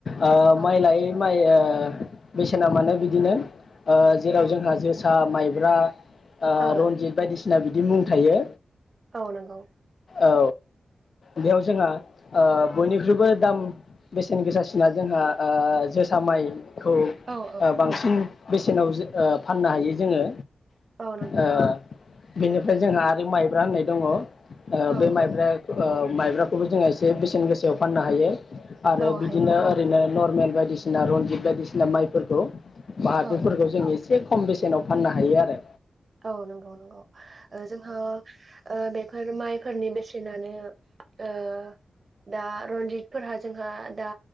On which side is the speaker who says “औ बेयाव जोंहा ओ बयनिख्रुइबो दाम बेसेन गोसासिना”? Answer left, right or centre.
Left